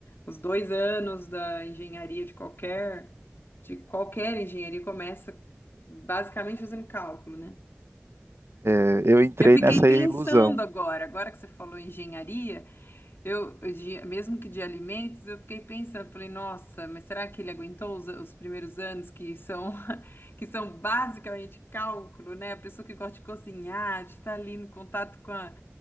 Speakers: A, on the left; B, on the right.
A: Os dois anos da engenharia de qualquer, de qualquer engenharia começa basicamente fazendo cálculo, né?
B: É, eu entrei
A: Eu fiquei
B: nessa
A: pensando
B: ilusão.
A: agora, agora que você falou em engenharia, eu de- mesmo que de alimentos, eu fiquei pensando, falei, nossa, mas será que ele aguentou os, os primeiros anos que são <laughs> que são basicamente cálculo, né? A pessoa que gosta de cozinhar, de estar ali no contato com a,